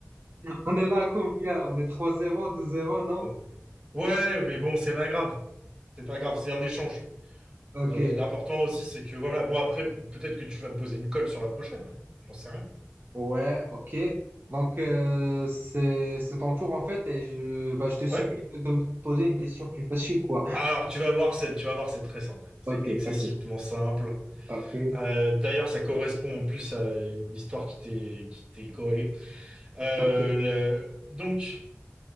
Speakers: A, on the right; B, on the right.
A: On est là à combien? On est trois zéro, deux zéro, non?
B: Bon. Ouais, mais bon, c'est pas grave. C'est pas grave,
A: Ok.
B: c'est un échange.
A: Ok.
B: Ouais, l'important aussi, c'est que voilà, moi après, peut-être que tu vas me poser une colle sur la prochaine. J'en sais rien.
A: Ouais, ok. Donc, euh, c'est c'est ton tour en fait, et je, bah, je te supplie
B: Ouais.
A: de me poser une question plus facile, quoi.
B: Alors, tu vas voir, c'est, tu vas voir, c'est très simple. C'est
A: Ok,
B: excessivement
A: ok,
B: simple.
A: ok,
B: Euh, d'ailleurs, ça correspond en plus à une histoire qui t'est, qui t'est corrélée. Euh,
A: ok.
B: le- Donc,